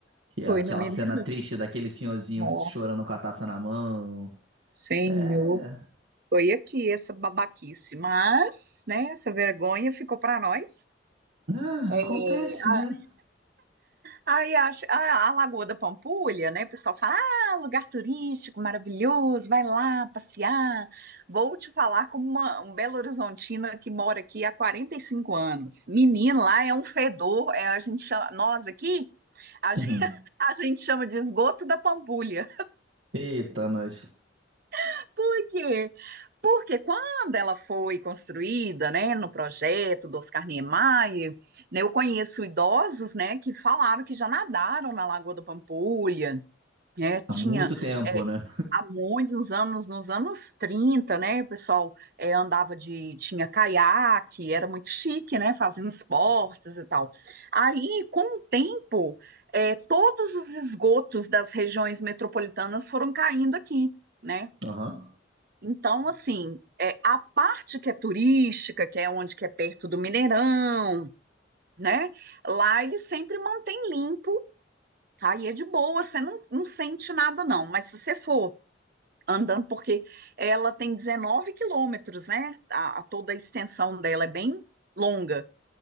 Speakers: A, on the right; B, on the right.
A: Que é
B: foi
A: aquela
B: no Mineirão.
A: cena triste daquele senhorzinho
B: Nossa,
A: chorando com a taça na mão.
B: Senhor,
A: É.
B: foi aqui essa babaquice, mas, né, essa vergonha ficou para nós.
A: Ah,
B: É,
A: acontece, né?
B: Aí acho, a, a Lagoa da Pampulha, né? O pessoal fala, ah, lugar turístico maravilhoso, vai lá passear. Vou te falar como uma, um Belo Horizontina que mora aqui há 45 anos. Menino, lá é um fedor, é, a gente chama, nós aqui, a
A: Uhum.
B: gente, <laughs> a gente chama de esgoto da Pampulha.
A: Eita, nós.
B: <laughs> Por quê? Porque quando ela foi construída, né, no projeto do Oscar Niemeyer, né, eu conheço idosos, né, que falaram que já nadaram na Lagoa da Pampulha, É, tinha
A: Há muito tempo,
B: é,
A: né?
B: há muitos anos, nos anos trinta né? O pessoal é, andava de, tinha caiaque, era muito chique, né? Fazendo esportes e tal. Aí, com o tempo, é, todos os esgotos das regiões metropolitanas foram caindo aqui, né?
A: Aham.
B: Então, assim, é, a parte que é turística, que é onde que é perto do Mineirão, né? Lá ele sempre mantém limpo. Aí é de boa, você não, não sente nada, não. Mas se você for andando, porque ela tem 19 quilômetros, né? A, a toda a extensão dela é bem longa.